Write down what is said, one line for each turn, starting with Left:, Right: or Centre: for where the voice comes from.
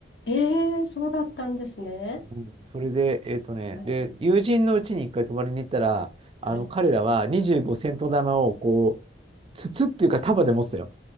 Left: ええそうだったんですね。
Right: うんそれで、えっとね、
Left: はい。
Right: で、友人のうちに一回泊まりに行ったら、あの、
Left: はい。
Right: 彼らは25セント玉をこう、筒っていうか束で持ってたよ。